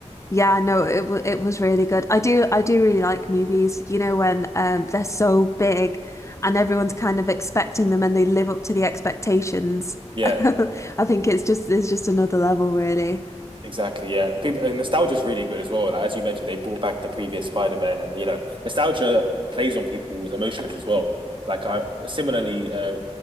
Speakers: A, on the left (about 25°); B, on the right (about 45°).
A: Yeah, no, it w it was really good. I do I do really like movies, you know, when um they're so big and everyone's kind of expecting them and they live up to the expectations. <laughs>
B: Yeah.
A: I think it's just it's just another level really.
B: Exactly, yeah. People and nostalgia's really good as well. Like, as you mentioned, they brought back the previous Spider-Man, and you know, nostalgia plays on people's emotions as well. Like I similarly uh,